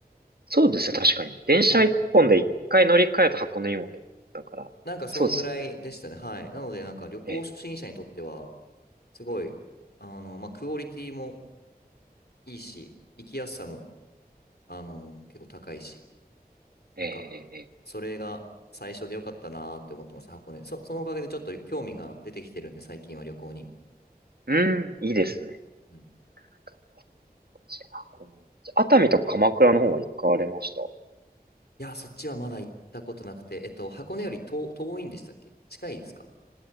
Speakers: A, on the right; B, on the left.
A: そうですね、確かに。電車一本で一回乗り換えた箱根湯本だから、
B: はい。なんか、そんぐらいでしたね。
A: そうですよね。
B: はい。なので、なんか、旅行初心者にとっては、
A: え
B: すごい、あの、まあ、クオリティもいいし、行きやすさも、あの、結構高いし。
A: え、
B: なんか、
A: ええ、ええ
B: それが最初でよかったなーって思ってます、箱根。そ、そのおかげでちょっと興味が出てきてるんで、最近は旅行に。
A: うん、いいですね。
B: うんうん
A: なんか確かに箱根熱海とか鎌倉の方は行かれました。
B: いや、そっちはまだ行ったことなくて、えっと、箱根より遠、遠いんでしたっけ近いですか